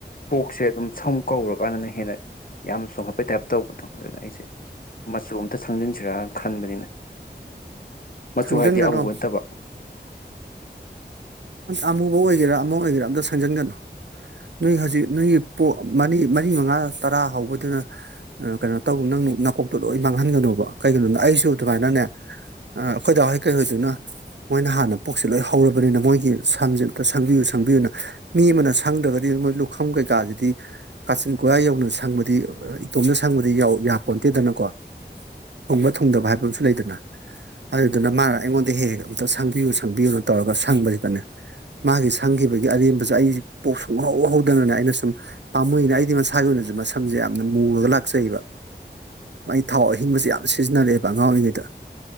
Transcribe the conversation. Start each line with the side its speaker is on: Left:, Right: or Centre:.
Left: ꯄꯣꯛꯁꯦ ꯑꯗꯨꯝ ꯁꯝ ꯀꯧꯔꯀꯥꯟꯗꯅ ꯍꯦꯟꯅ ꯌꯥꯝꯅ ꯆꯣꯡꯈꯠꯄꯩ ꯇꯥꯏꯞ ꯇꯧꯕꯗꯣ ꯑꯗꯨꯅ ꯑꯩꯁꯦ ꯃꯆꯨ ꯑꯝꯇ ꯁꯪꯖꯤꯟꯁꯤꯔꯅ ꯈꯟꯕꯅꯤꯅ ꯃꯆꯨ
Right: ꯁꯪꯖꯟꯒꯅꯣ
Left: ꯍꯥꯏꯗꯤ ꯑꯃꯨ ꯅꯟꯠꯇꯕ
Right: ꯑꯃꯨꯕ ꯑꯣꯏꯒꯦꯔꯥ ꯑꯃ ꯑꯣꯏꯒꯦꯔꯥ ꯑꯝꯇ ꯁꯦꯝꯪꯖꯟꯒꯅꯨ ꯅꯣꯏ ꯍꯧꯖꯤꯛ ꯅꯣꯏꯒꯤ ꯄ ꯃꯔꯤ ꯃꯔꯤ ꯃꯉꯥ ꯇꯔꯥ ꯍꯧꯕꯗꯨꯅ ꯀꯩꯅꯣ ꯇꯧ ꯅꯪ ꯅꯥꯀꯣꯛꯇꯣ ꯂꯣꯏ ꯃꯥꯡꯍꯟꯒꯅꯣꯕ ꯀꯩꯒꯤꯅꯣꯅ ꯑꯩꯁꯨ ꯑꯗꯨꯃꯥꯏꯅꯅꯦ ꯑꯩꯈꯣꯏꯗꯥꯎꯍꯩ ꯀꯩꯍꯣꯏꯗꯨꯅ ꯃꯣꯏꯅ ꯍꯥꯟꯅ ꯄꯣꯛꯁꯦ ꯂꯣꯏ ꯍꯧꯔꯕꯅꯤꯅ ꯃꯣꯏꯒꯤ ꯁꯝꯁꯦ ꯑꯝꯇ ꯁꯪꯕꯤꯌꯨ ꯁꯪꯕꯤꯌꯨꯅ ꯃꯤ ꯑꯃꯅ ꯁꯪꯗ꯭ꯔꯒꯗꯤ ꯃꯣꯏ ꯂꯨꯈꯝ ꯀꯩꯀꯥꯁꯤꯗꯤ ꯀꯥꯆꯤꯟ ꯀꯣꯏꯌꯥ ꯌꯧꯅ ꯁꯪꯕꯗꯤ ꯏꯇꯣꯝꯅ ꯁꯪꯕꯗꯤ ꯌꯥꯄꯣꯟꯇꯦꯗꯅꯀꯣ ꯊꯨꯡꯕ ꯊꯨꯡꯗꯕ ꯍꯥꯏꯕ ꯑꯃꯁꯨ ꯂꯩꯗꯅ ꯑꯗꯨꯗꯨꯅ ꯃꯥꯅ ꯑꯩꯉꯣꯟꯗ ꯍꯦꯛ ꯍꯦꯛ ꯑꯝꯇ ꯁꯪꯕꯤꯌꯨ ꯁꯪꯕꯤꯌꯨꯅ ꯇꯧꯔꯒ ꯁꯪꯕꯁꯤꯗꯅꯦ ꯃꯥꯒꯤ ꯁꯪꯈꯤꯕꯒꯤ ꯑꯔꯦꯝꯕꯁꯦ ꯑꯩ ꯄꯣꯛ ꯁꯨꯡꯍꯧ ꯍꯧꯧꯗꯅꯅꯦ ꯑꯩꯅ ꯁꯨꯝ ꯄꯥꯝꯃꯏꯅ ꯑꯩꯗꯤ ꯃꯁꯥꯒꯤ ꯑꯣꯏꯅꯁꯨ ꯃꯁꯝꯁꯦ ꯌꯥꯝ ꯃꯨꯨꯔꯒ ꯂꯥꯛꯆꯩꯕ ꯒꯤ ꯊꯥꯎ ꯑꯍꯤꯡꯕꯁꯦ ꯌꯥꯝ ꯁꯤꯖꯤꯟꯅꯔꯛꯑꯦꯕ ꯑꯉꯥꯡ ꯑꯣꯏꯔꯤꯉꯩꯗ